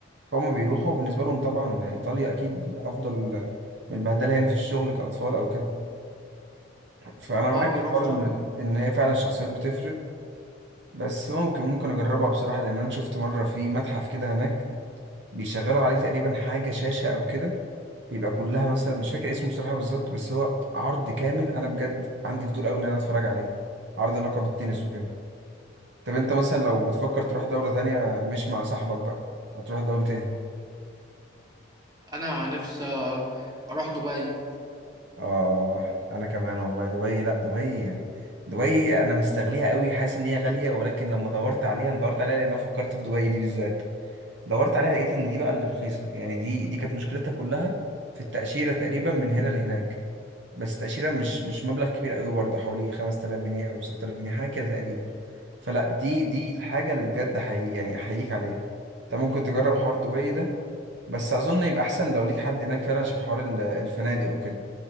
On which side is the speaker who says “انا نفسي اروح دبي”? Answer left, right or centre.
Right